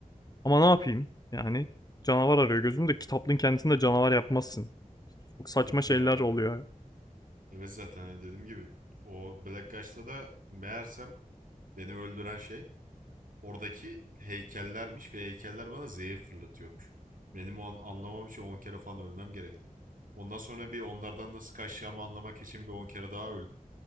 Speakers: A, on the left (about 30°); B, on the right (about 80°).
A: Ama ne yapayım? Yani canavar arıyor gözümde. Kitaplığın kendisinde canavar yapmazsın. Çok saçma
B: <laughs>
A: şeyler
B: Ya evet,
A: oluyor.
B: evet zaten hani dediğim gibi o Black Gush'ta da meğersem beni öldüren şey oradaki heykellermiş ve heykeller bana zehir fırlatıyormuş. Benim o an, anlamam için 10 kere falan ölmem gerekti. Ondan sonra bir onlardan nasıl kaçacağımı anlamak için bir 10 kere daha öldüm.